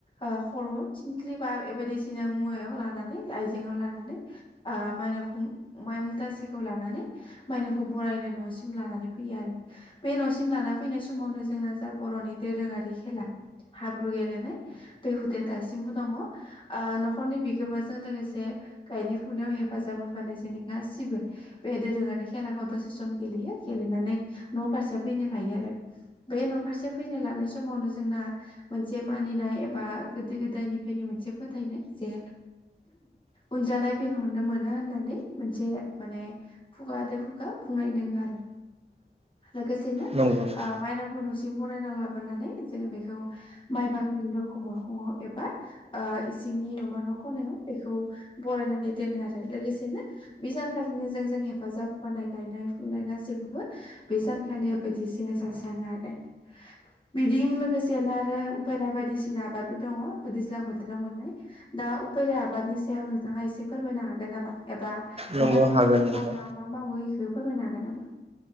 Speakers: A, on the left; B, on the right.
A: ओ खर' थिंख्लि बा बे बायदिसिना मुवायाव लानानै आइजेंआव लानानै ओ मायनावखौ माइ मुथासेखौ लानानै मायनावखौ बरायनो न'सिम लानानै फै आरो बे न'सिम लाना फैनाय समावनो जोंना जा बर'नि दोरोङारि खेला हाब्रु गेलेनाय बे हुदाया दासिमबो दङ न'खरनि बिगोमाजों लोगोसे गायनाय फुनायाव हेफाजाब होफानो जोंनि गासिबो बे दोरोङारि खेलाखौ दसे सम गेलेयो। न' फारसे फैनो लायो आरो बे न' फारसे फैनो लानाय समावनो जों मोनसे मानिनाय एबा गोदो गोदायनिफ्रायनो मोनसे फोथायनाय जे उनजाय नायहरफिनो मोना होननानै मोनसे माने खुगा द खुगा बुंनायदों आरो। लोगोसेनो
B: नंगौ नंगौ
A: ओ माइनावखौ न सि बरायना लाबोनानै जों बेखौ माइ बाख्रि दरख' मोखाङाव एबा जोंनि नमा न' खनायाव बेखौ बरायनानै दोनो आरो लोगोसेनो बे जानखालिनो जों जों हेफाजाब होबानाय गायनाय फुनाय गासि बो बे जानखालिया बायदि जास्राङो आरो। बिदि लोगोसेनो आरो उपेरा बायदिसिना आबादबो दङ दैज्लां बोथोराव मोननाय दा उपेरा आबादनि सा नोंथाङा एसे फोरमायनो हागोन नामा एबा नोंथांमोननि
B: नंगौ हागोन
A: ओनसोलाव
B: नोंथां
A: मा मा मावो बेखौ फोरमायनो हागोन नामा।